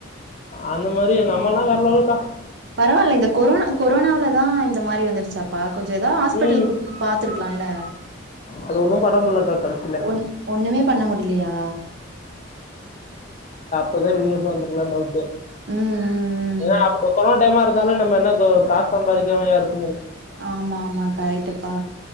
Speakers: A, on the left; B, on the right.
A: அந்த மாரி எங்க அம்மாலா வேற லெவலக்கா
B: பரவாயில்ல இந்த கொரோனா கொரோனாவுலதா இந் த்த மாரி வருச்சாப் ப்பா கொஞ்ச ஏதா ஹாஸ்பிட்டல
A: ம்,
B: கூப்பு பாத்துருக்கலால்ல
A: அது ஒன்றும் பண்ண முடியலக்கா கடைசியில
B: ஒன் ஒண்ணுமே பண்ண முடிலையா
A: கொஞ்ச நேரோ வெளி இருந்து வந்துக்கலா டவுட்டு
B: ம் ம் ம்
A: ஏனா அப்பு கொரோனா டைமா இருக் இருந்தாலு நம்ம என்ன இப்போ காசு சம்பாரிக்காமயா இருக்
B: ஆமா ஆமா காரக்ட்டப்பா